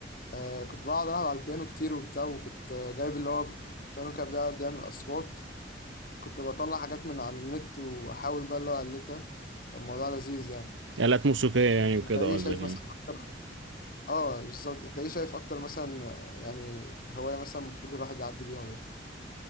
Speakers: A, on the left; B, on the right.
A: آه كنت بقعد ألعب على البيانو كتير وبتاع وكنت آه، جايب اللي هو بيانو كان بيقعد يعمل أصوات فكنت بطلع حاجات من على النت وأحاول بقى اللي هو أقلدها كان موضوع لذيذ يعني
B: آلات موسيقية يعني وكده
A: أنت إيه
B: قصدك
A: شايف
B: يعني
A: مثلا أكتر آه بالظبط أنت إيه شايف أكتر مثلا آه، يعني هواية مثلا المفروض الواحد يعدي بيها برضه